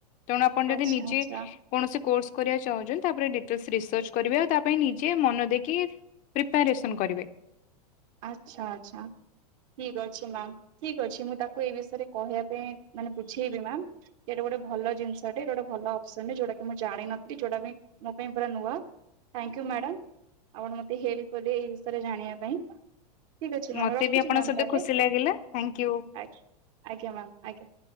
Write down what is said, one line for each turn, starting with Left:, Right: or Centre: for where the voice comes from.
Left: ତେଣୁ ଆପଣ ଯଦି
Right: ଆଚ୍ଛା
Left: ନିଜେ
Right: ଆଚ୍ଛା
Left: କୌଣସି କୋର୍ସ କରିବାକୁ ଚାହୁଁଛନ୍ତି, ତାପରେ ଡିଟେଲସ ରିସର୍ଚ କରିବେ ତା ପାଇଁ ନିଜେ ମନ ଦେଇକି ପ୍ରିପାରେସନ୍ କରିବେ।
Right: ଆଚ୍ଛା ଆଚ୍ଛା। ଠିକ୍ ଅଛି ମ୍ୟାମ। ଠିକ୍ ଅଛି, ମୁଁ ତାକୁ ଏଇ ବିଷୟରେ କହିବା ପାଇଁ ମାନେ ବୁଝେଇବି ମ୍ୟାମ୍। ଇଆଡ଼େ ଗୋଟେ ଭଲ ଜିନିଷଟେ, ଏଇଟା ଗୋଟେ ଭଲ ଅପସନ୍ ଟେ, ଯୋଉଟାକି ମୁଁ ଜାଣିନଥିଲି, ଯୋଉଟା ବି ମୋ ପାଇଁ ପୁରା ନୂଆ। Thank you madam. ଆପଣ ମତେ ହେଲ୍ପ କଲେ ଏଇ ବିଷୟରେ ଜାଣିବା ପାଇଁ। ଠିକ ଅଛି ମ୍ୟାମ।
Left: ମତେ
Right: ରଖୁଛି
Left: ବି ଆପଣଙ୍କ
Right: ମ୍ୟାମ
Left: ସହିତ
Right: ତାହେଲେ,
Left: ଖୁସି ଲାଗିଲା ଥ୍ୟାଙ୍କ ୟୁ।
Right: ଆଜ୍ଞା। ଆଜ୍ଞା ମ୍ୟାମ୍ ଆଜ୍ଞା।